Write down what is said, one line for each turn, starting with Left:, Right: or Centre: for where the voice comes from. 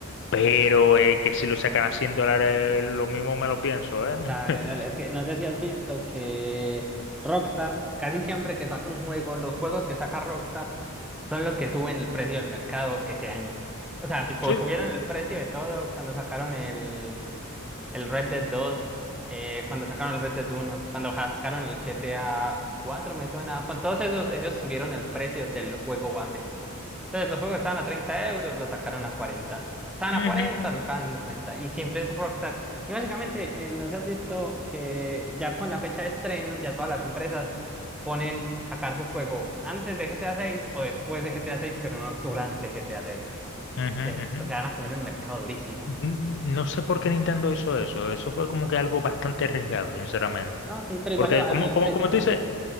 Left: Pero eh, que si lo sacan a 100 dólares, lo mismo me lo pienso, ¿eh?
Centre: Dale,
Left: <laughs>
Centre: dale, es que no sé si has visto que Rockstar, casi siempre que saca un juego, los juegos que saca Rockstar son los que suben el precio del mercado ese año. O sea, tipo,
Left: Sí.
Centre: subieron el precio de todo cuando sacaron el, el Red Dead dos eh, cuando sacaron el Red Dead uno cuando ja- sacaron el GTA cuatro me suena. Con todos esos, ellos subieron el precio del juego base. Entonces los juegos estaban a 30 euros, los sacaron a 40. Estaban
Left: Ujú,
Centre: a 40, los sacaban a 50. Y siempre es Rockstar. Y básicamente, eh, no sé si has visto que ya con la fecha de estreno, ya todas las empresas ponen sacar su juego antes de GTA 6 o después de GTA 6, pero no durante GTA 6.
Left: ujú,
Centre: Porque
Left: ujú.
Centre: pues, se van a comer el mercado durísimo.
Left: Mm, No sé por qué Nintendo hizo eso. Eso fue como que algo bastante arriesgado, sinceramente.
Centre: No, sí, pero
Left: Porque
Centre: igual le bajaron
Left: como,
Centre: el
Left: como,
Centre: precio,
Left: como
Centre: ¿no?
Left: tú dices,